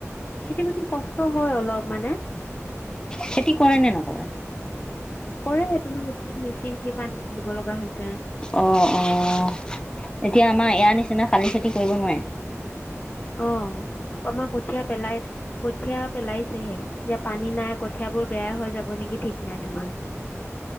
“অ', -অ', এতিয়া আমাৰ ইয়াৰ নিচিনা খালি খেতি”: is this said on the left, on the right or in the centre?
Left